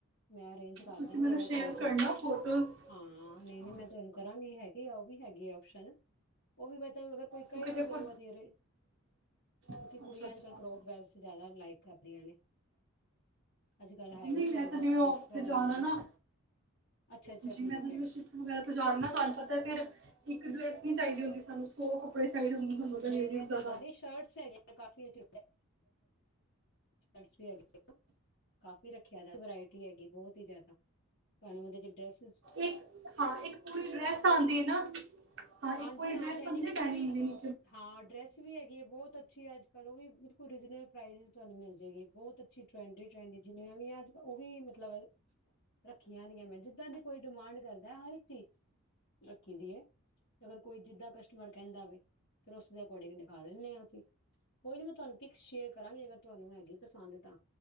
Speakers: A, on the left; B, on the right.
A: ਮੈਂ ਅਰੇਂਜ ਕਰ
B: ਤੁਸੀਂ
A: ਦਾਂਗੀ
B: ਮੈਨੂੰ
A: ਅਗਰ
B: ਸ਼ੇਅਰ
A: ਤੁਹਾਨੂੰ 'ਚ
B: ਕਰਨਾ ਫੋਟੋਜ਼
A: ਹਾਂ ਨਹੀਂ
B: ਹਾਂ
A: -ਨਹੀਂ ਮੈਂ ਤੁਹਾਨੂੰ ਕਰਾਂਗੀ ਹੈਗੀ। ਉਹ ਵੀ ਹੈਗੀ ਆ ਆਪਓਸ਼ਨ ਉਹ ਵੀ ਬ ਅਗਰ ਕੋਈ ਕਹੇ
B: ਕਿਉਂਕਿ
A: ਤੇ
B: ਦੇਖੋ
A: ਫੇਰ ਉਹ ਅਸੀਂ ਰਹੇ ਕਿਉਂਕਿ
B: ਅੱਛਾ
A: ਕੁੜੀਆਂ
B: ਅੱਛਾ
A: ਅੱਜ ਕੱਲ੍ਹ ਕਰੋਪ ਵੈਲ ਜ਼ਿਆਦਾ ਲਾਈਕ ਕਰਦੀਆਂ ਨੇ ਅੱਜ-ਕੱਲ ਹੈ
B: ਨਹੀਂ
A: ਵੀ ਟਰੈਂਡ
B: ਮੈਂ ਤਾਂ
A: ਹੈ
B: ਜਿਵੇਂ
A: ਸਕਰਟਸ
B: ਉੱਥੇ
A: ਵਗੈਰਾ
B: ਜਾਣਾ
A: ਨਾਲ ਵੀ
B: ਨਾ
A: ਅੱਛਾ-ਅੱਛਾ
B: ਜ ਮੈਂ
A: ਠੀਕ
B: ਤਾਂ ਜਿਵੇ
A: ਹੈ
B: ਵਗੈਰਾ ਤੇ ਜਾ ਨਾ ਤੁਹਾਨੂੰ ਪਤਾ ਫੇਿਰ ਇੱਕ ਡਰੈਸ ਨੀ ਚਾਹੀਦੀ ਹੁੰਦੀ ਸਾਨੂੰ <inaudible> ਤੁਹਾਨੂੰ ਪਤਾ
A: ਨਹੀਂ
B: ਲੇਡੀਜ਼
A: ਨਹੀਂ ਇਹ
B: ਦਾ
A: ਤਾਂ ਗੱਲ ਨਹੀਂ ਸ਼ਰਟਸ ਹੈਗੀਆਂ ਕਾਫੀ ਅ ਡ <unintelligible> <inaudible> ਕਾਫੀ ਰੱਖਿਆ ਦਾ ਵਰਾਇਟੀ ਹੈਗੀ ਬਹੁਤ ਹੀ ਜਿਆਦਾ ਤੁਹਾਨੂੰ ਉਹਦੇ ਚ ਡਰੈਸ
B: ਇੱਕ ਹਾਂ ਇੱਕ ਪੂਰੀ ਡਰੈਸ ਆਉਂਦੀ ਨਾ ਹਾਂ ਇੱਕ
A: ਹਾਂਜੀ
B: ਪੂਰੀ
A: ਹਾਂ
B: ਡਰੈਸ
A: ਡੈਨੀਮ
B: ਆ ਨਾ
A: ਵਿੱਚੋਂ
B: ਪੈਲੀ
A: ਵੀ
B: ਹਦੇ ਨੇ
A: ਹਾਂ ਡਰੈਸ ਵੀ ਹੈਗੀ ਹੈ ਬਹੁਤ ਅੱਛੀ ਹੈ ਅੱਜ ਕੱਲ ਰਨਲ ਤੁਹਾਨੂੰ ਮਿਲ ਜਾਗੀ ਬਹੁਤ ਅਛ ਟ ਜਿੰਨੀਆਂ ਵੀ ਉਹ ਵੀ ਮਤਲਬ ਰੱਖੀਆਂ ਮੈਂ ਜਿਦਾਂ ਦੀ ਕੋਈ ਡਿਮਾਂਡ ਕਰਦਾ ਹਰ ਚੀਜ਼ ਰੱਖੀ ਦੀ ਆ ਅਗਰ ਕੋਈ ਜਿੱਦਾਂ ਕਸਟਮਰ <unintelligible> ਫਿਰ ਉਸਦੇ ਅਕੋਰਡਿੰਗ ਦਿਖਾ ਦੇਿੰਦੇ ਹਸੀ ਕੋਈ ਨੀ ਮੈਂ ਤੁਹਾਨੂੰ ਪਿਕਸ ਸ਼ੇਅਰ ਕਰਾਂਗੀ ਅੇਗਰ ਤੁਹਾਨੂੰ ਹੈਗੀ ਪਸੰਦ ਤਾਂ